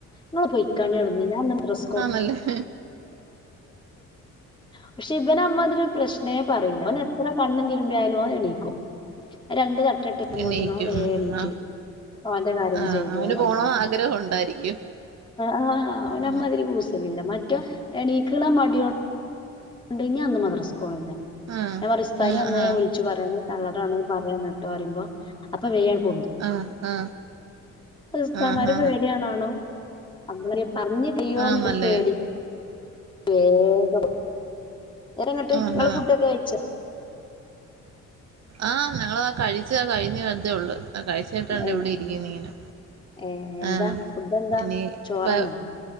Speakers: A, on the left (about 15°); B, on the right (about 60°).
A: ങ്ങൾ പൊയ്കാണി ഓട്ന്ന് ഞാന്ന് മദ്രസ്സ ക്ക്
B: ആണല്ലേ
A: പക്ഷെ ഇവനമ്മാതിരി ഒരു പ്രശ്‌നെ പറയില്ല ഓനെത്ര കണ്ണും തിരുമ്പിയാലും എണീക്കും രണ്ട് തട്ട ഇട്ട് വരുമ്പോത്തിനോ
B: എണീക്കും
A: ഓന് വേ
B: ഉം
A: എണീട്ട്
B: ഉം ആ
A: ഓന്റെ കാര്യങ്ങൾ
B: ആ
A: ചെയ്ത്
B: അവന്
A: ഓന് മദ്രസ്
B: പോണന്ന്
A: പോയി
B: ആഗ്രഹം ഉണ്ടായിരിക്കും
A: ആ ആ ഓന്
B: ഉം
A: അമാതിരി കൂസലില്ല മറ്റോ എണീക്ക്ണ മടിയോ ണ്ട് ഞാൻ ഇന്ന് മദ്രസ്ക്ക് പോണില്ല
B: ആ
A: ഞാൻ പറയും ഉസ്താദിനെ
B: ആ
A: ഇന്ന്
B: ആ
A: ഞാൻ വിളിച്ചു പറയാണ് കള്ളറാണ് പറയാന്നിട്ടോ പറയുമോ അപ്പൊ വേആണ്ട് പൊന്തും
B: ആ ആ
A: ഉസ്താദുമാരെ
B: ആഹാ
A: പേടിയാണാണോ നമ്മള് പറഞ്ഞ് കയ്യോന്ന്
B: ആന്നല്ലേ
A: ഒരു പേടി വേഗം നേരങ്ങട്ട്
B: ആഹാ
A: ഇങ്ങള് ഫുഡൊക്കെ കഴിച്ചോ
B: ആഹ് ഞങ്ങള്താ കഴിച്ച് കഴിഞ്ഞ് വറുതേ ഉള്ളു കഴിച്ച് ചിട്ടുണ്ട്
A: ഏഹ്
B: ഇവിടെ ഇരിക്കുന്നു ഇങ്ങനെ
A: ഏഹ് എന്താ
B: ആഹ്
A: ഫുഡ് എന്താ
B: ഇനിപ്പോ
A: ചോറന്നെ